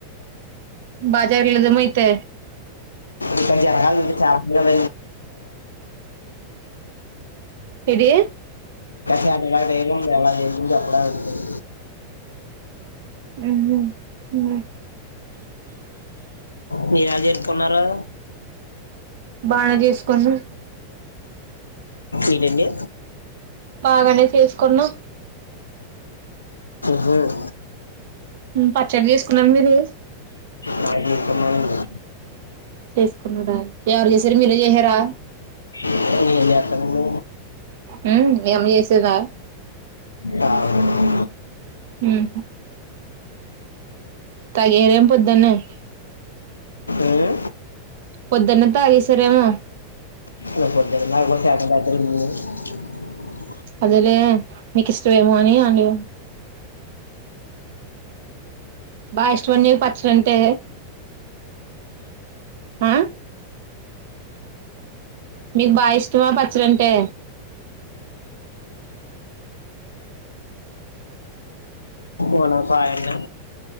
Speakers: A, on the right (about 55°); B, on the left (about 80°).
A: బజార్ లోదమై అయితే
B: ఇక జరగాలునుంది చాప <inaudible>
A: ఏది
B: అ బ <inaudible> టేబు చాలా ఎప్పుడు చెప్పాల సినింది
A: ఉహు ఊ
B: మీర్ ఎల్ చేతుకున్నారు
A: బాగా చేసుకోను
B: ఇడ అండి
A: బాగానే చేసుకున్నా
B: హో దే
A: పచ్చడి తీసుకున్నారా మీరు
B: నాకు ఇష్టమైనది.
A: తీసుకున్నడా ఎవరు చేసారు మీరే చేసారా
B: ఇక్కడ ఎం చేత్తార అండి
A: హ్ము మీ అమ్మ చేసిందా
B: కావాలి
A: మ్ తగిరేం పొద్దున్ నుంచ్
B: ఏ?
A: పొద్దున్న్ వత్తా ఇసారేమో
B: నా <inaudible>
A: అదిరే మీకు ఇష్టమేమ అని అడి బాగా ఇష్టమ అండి పచ్చడి అంటే ఆ మీకు బా ఇష్టమా పచ్చడి అంటే
B: మన పాయఅన్నా